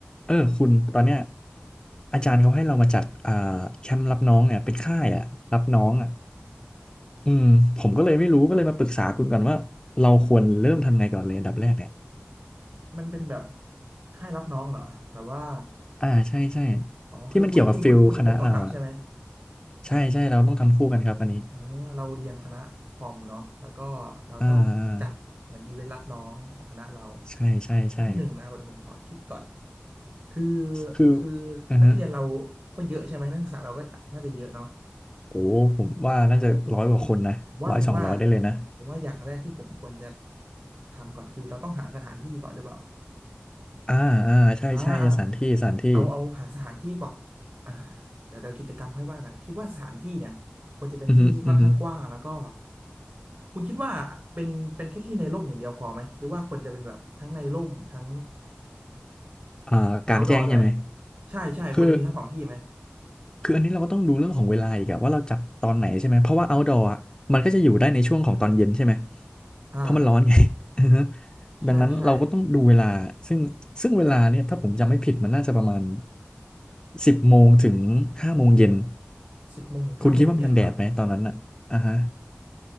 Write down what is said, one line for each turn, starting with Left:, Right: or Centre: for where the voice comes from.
Left: เออคุณตอนเนี้ยอาจารย์เขาให้เรามาจัดอ่าแคมป์รับน้องเนี่ยเป็นค่ายอ่ะรับน้องอ่ะอืมผมก็เลยไม่รู้ก็เลยมาปรึกษาคุณก่อนว่าเราควรเริ่มทำไงก่อนเลยอันดับแรกเนี่ย
Right: มันเป็นแบบค่ายรับน้องเหรอแบบว่า
Left: อ่าใช่ใช่
Right: อ๋อคือคุณคุณคุณคุณกับผมต้องทำใช่ไหม
Left: ที่มันเกี่ยวกับฟิลคณะเราอ่ะใช่ใช่เราต้องทำคู่กันครับอันนี้
Right: เออเราเรียนคณะคอมเนาะแล้วก็เราต้องจัดเหมือนอีเวนต์รับน้องของคณะเรา
Left: อ่าอ่าใช่ใช่ใช่
Right: แป๊บหนึ่งนะเดี๋ยวผมขอคิดก่อนคือ
Left: คือ
Right: คือ
Left: อ่าฮะ
Right: นักเรียนเราก็เยอะใช่ไหมนักศึกษาเราก็น่าจะเยอะเนาะ
Left: โอ้ผมว่าน่าจะร้อยกว่าคนนะร้อยสองร้อยได้เลยนะ
Right: ผมว่าผมว่าผมว่าอย่างแรกที่ผมควรจะทำก่อนคือเราต้องหาสถานที่ก่อนหรือเปล่า
Left: อ่าอ่าใช่ใช่สถานที่สถานที่
Right: อ่าอ่าเอาเอาหาสถานที่ก่อนอ่าเดี๋ยวเดี๋ยวกิจกรรมค่อยว่ากันคิดว่าสถานที่เนี่ยควรจะเป็นที่ที่ค่อนข้างกว้างแล้วก็
Left: อือฮึอือฮึ
Right: คุณคิดว่าเป็นเป็นแค่ที่ในร่มอย่างเดียวพอไหมหรือว่าควรจะเป็นแบบทั้งในร่มทั้ง
Left: อ่ากลางแจ้งใช่ไหม
Right: มี outdoor ด้วยใช่ใช่ควรจะมีทั้งสองที่ไหม
Left: คือ คืออันนี้เราก็ต้องดูเรื่องของเวลาอีกอะว่าเราจัดตอนไหนใช่ไหมเพราะว่า outdoor อะมันก็จะอยู่ได้ในช่วงของตอนเย็นใช่ไหม
Right: อ่าอ่า
Left: เพราะมันร้อนไง <laughs> อือฮึ
Right: ใช่ใช่
Left: ดังนั้นเราก็ต้องดูเวลาซึ่งซึ่งเวลาเนี่ยถ้าผมจำไม่ผิดมันน่าจะประมาณสิบโมงถึงห้าโมงเย็น
Right: สิบโมงถึงห้าโมงเย็นเหรอ
Left: คุณคิดว่ามันยังแดดไหมตอนนั้นอะอ่าฮะ